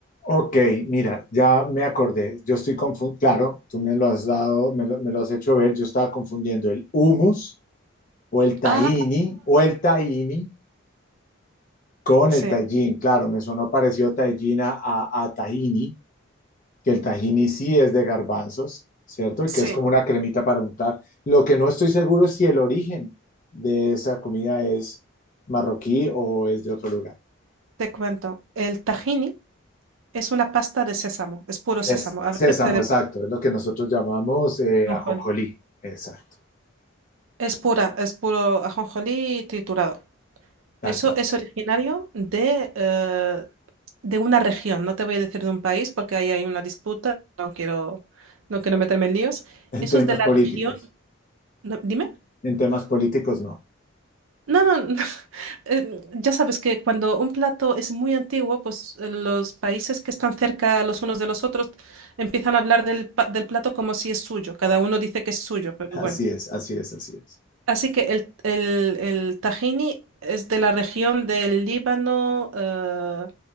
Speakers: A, on the left; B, on the right.
A: Ok, mira, ya me acordé. Yo estoy confundiendo, claro, tú me lo has dado, me lo, me lo has hecho ver. Yo estaba confundiendo el hummus o el tahini
B: Ah,
A: o el tahini con
B: sí,
A: el tajín. Claro, me sonó parecido tajín a, a, a tahini, que el tahini sí es de garbanzos, ¿cierto? Y
B: sí,
A: que es como una cremita para untar. Lo que no estoy seguro es si el origen de esa comida es marroquí o es de otro lugar.
B: te cuento. El tahini es una pasta de sésamo, es puro
A: Es
B: sésamo. A
A: sésamo,
B: veces se le
A: exacto, es lo que nosotros llamamos eh,
B: pone
A: ajonjolí, exacto,
B: Es pura, es puro ajonjolí triturado.
A: tal
B: Eso
A: cual.
B: es originario de, eh, de una región, no te voy a decir de un país porque ahí hay una disputa, no quiero, no quiero meterme en líos.
A: <laughs> En
B: Eso
A: temas
B: es de la
A: políticos,
B: región, no, dime.
A: en temas políticos no.
B: No, no, no, <laughs> eh, ya sabes que cuando un plato es muy antiguo, pues eh, los países que están cerca los unos de los otros empiezan a hablar del, pa- del plato como si es suyo, cada uno dice que es suyo, pero
A: Así
B: bueno.
A: es, así es, así es.
B: Así que el, el, el tahini es de la región del Líbano, eh,